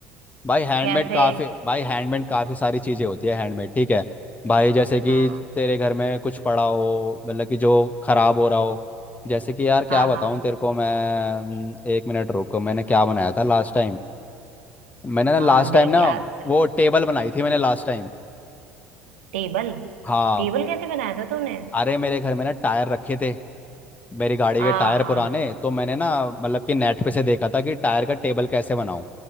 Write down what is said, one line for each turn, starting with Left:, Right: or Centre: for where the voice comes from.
Left: भाई हैंडमेड
Right: कैसे
Left: काफी भाई हैंडमेड काफी सारी चीजें होती है हैंडमेड ठीक है भाई जैसे कि
Right: हाँ
Left: तेरे घर में कुछ पड़ा हो मतलब कि जो खराब हो रहा हो जैसे कि यार क्या
Right: हाँ
Left: बताऊं
Right: हाँ
Left: तेरे को मैं हम्म, एक मिनट रुको मैंने क्या बनाया था लास्ट टाइम मैंने ना लास्ट
Right: हाँ देख
Left: टाइम ना
Right: याद करके
Left: वो टेबल बनाई थी मैंने लास्ट टाइम
Right: टेबल
Left: हाँ
Right: टेबल कैसे बनाया था तूने
Left: अरे मेरे घर में ना टायर रखे थे मेरी गाड़ी
Right: हाँ
Left: के टायर
Right: हाँ
Left: पुराने तो मैंने ना मतलब कि नेट पे से देखा था कि टायर का टेबल कैसे बनाऊं